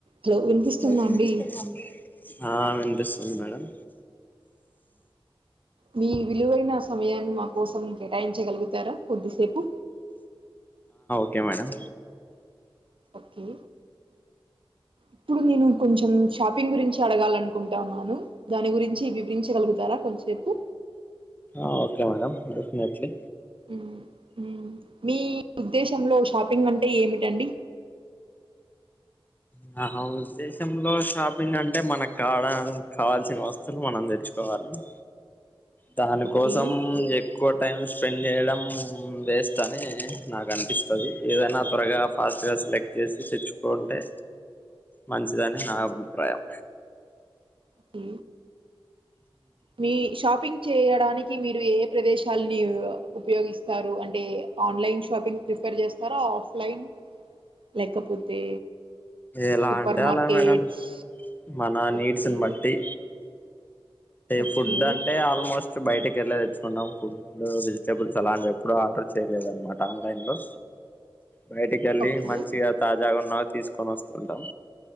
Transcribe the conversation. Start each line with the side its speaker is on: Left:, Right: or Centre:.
Right: hello వినిపిస్తుందా
Left: Hello విన్పిస్తుందా
Right: అండి
Left: అండి ఆ విన్ పిస్తుంది మేడం
Right: మీ విలువైన సమయన్ మా కోసం కేటాయించగల్గుతారా కొద్దిసేపు
Left: క్కె మేడం
Right: ఒక్కే ఇప్పుడు నెను కొంచెం షాపింగ్ గురించి అడగాలనుకుంటన్నాను దాని గురించి వివ్రించగల్గుతారా కొంచేపు
Left: ఓకే మేడం డెఫినెట్లీ
Right: మ్మ్. మ్మ్. మీ ఉద్దేశంలో షాపింగ్ అంటే ఏమిటండి
Left: నా హ ఉద్దేశంలో షాపింగ్ అంటే మన కాడా కావాల్సిన వస్తువులు మనం తెచ్చుకోవాలి మ్ దాని
Right: ఓకే
Left: కోసం ఎక్కువ టైమ్ స్పెండ్ చేయడం వేస్ట్ అని నాకు అనిపిస్తది ఏదైనా త్వరగా ఫాస్ట్గా సెలెక్ట్ చేసి తెచ్చుకుంటే మంచిదని
Right: ఓకే
Left: నా అభిప్రాయం
Right: కె మీ షాపింగ్ చేయడానికి మీరు ఏ ఏ ప్రదేశాలని ఉపయోగిస్ స్తారు అంటే ఆన్లైన్ షాపింగ్ ప్రిఫర్ చేస్తారా ఆఫ్లైన్ లేకపోతే
Left: ఎలా
Right: సుపర్
Left: అంటే
Right: మార్కెట్స్
Left: అలా మేడం మన
Right: ఓకే
Left: నీడ్స్ని బట్టి
Right: ఓకే
Left: ఫుడ్ అంటే ఆల్మోస్ట్ బయటికి వెళ్ళి తెచ్చుకున్నాం ఫుడ్ వెజిటేబుల్స్ అలాంటివెప్పుడూ ఆర్డర్ చేయలేదు అనమాట ఆన్లైన్ లో బయటికి వెళ్ళి
Right: ఓకే
Left: మంచిగా తాజా ఉన్నవి తీసుకొని వస్తుంటాం